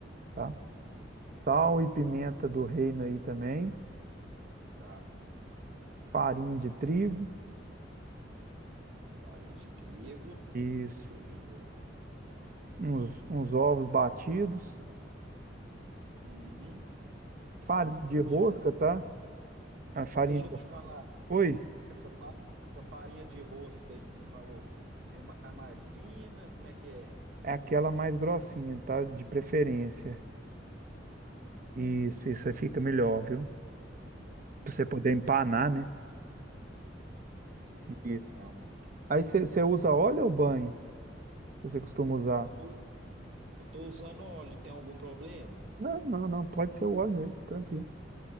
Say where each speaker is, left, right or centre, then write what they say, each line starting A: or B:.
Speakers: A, on the right; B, on the right.
A: tá?
B: Uhum,
A: Sal e pimenta do reino aí também.
B: tá.
A: farinha de trigo,
B: Farinha de trigo,
A: Isso.
B: beleza.
A: uns, uns ovos batidos,
B: Uhum,
A: farinha
B: ovos
A: de
B: batidos.
A: rosca, tá? A farinha
B: Deixa
A: de...
B: eu te falar,
A: Oi,
B: essa, fa- essa farinha de rosca aí que você falou, é, ma- é mais fina? Como é que é?
A: é aquela mais grossinha, tá? De preferência.
B: Ah,
A: Isso, isso aí fica melhor, viu? Pra você
B: tá.
A: poder empanar, né?
B: Uhum,
A: Isso.
B: realmente.
A: Aí você você usa óleo ou banha? que Você costuma usar?
B: Eu tô, eu tô usando óleo, tem algum problema?
A: Não, não, não, pode ser o óleo mesmo, tranquilo.